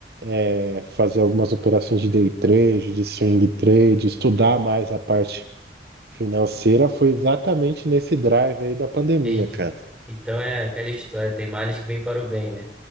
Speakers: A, on the right (about 60°); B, in the centre.
A: é, fazer algumas operações de day trade, de swing trade, estudar mais a parte financeira. Foi exatamente nesse drive aí da pandemia,
B: entendi.
A: cara.
B: Então é aquela história, tem males que vêm para o bem, né?